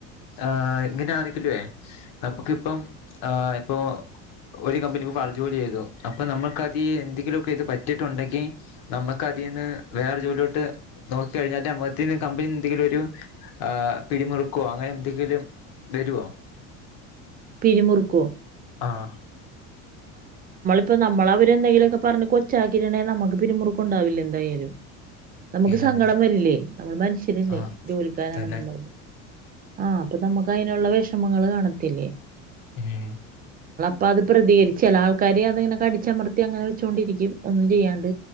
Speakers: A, on the left; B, on the right.
A: ഹ് ഇങ്ങനെ അറിക്കല്ല്യോ നമുക്കിപ്പം ആ എപ്പോ ഒരു കമ്പനി <unintelligible> ജോലി ചെയ്തു അപ്പൊ നമ്മുക്കതിലെന്തെങ്കിലൊക്കെ ഇത് പറ്റിട്ടുണ്ടെങ്കി നമ്മുക്കതീന്ന് വേറെ ജോലിലോട്ട് നോക്ക്‌ കഴിഞ്ഞാാലേഅതന്നു കമ്പനി എന്തെങ്കിലും ഒരു ആ പിടിമുറുക്കുവോ അങ്ങന എന്തെങ്കിലും വരുവോ
B: പിരിമുറുക്കോ
A: ആഹ്
B: പ്പൊ നമ്മളവരെന്തെങ്കിലൊക്കെ പറഞ്ഞ് കൊച്ചാക്കിയിട്ടുണ്ടേൽ നമുക്ക് പിരിമുറുക്കണ്ടാവില്ല എന്തായാലും നമുക്ക്
A: വിനോദി
B: സങ്കടം വരില്ലേ നമ്മൾ മനുഷ്യരില്ലേ
A: ആ
B: ജോലിക്കാരാണെന്നും
A: തന്നെ
B: പറഞ്ഞ് ആ അപ്പൊ നമുക്ക് അയിനുള്ള വെഷ് ഷമങ്ങള് കാണത്തില്ലേ
A: എ ഏ
B: പ്പൊ അത് പ്രതികരിക്കും ചെല ആൾക്കാര് അതങ്ങനെ കടിച്ചമർത്തി അങ്ങനെ വെച്ചൊണ്ടിരിക്കും ഒന്നും ചെയ്യാണ്ട്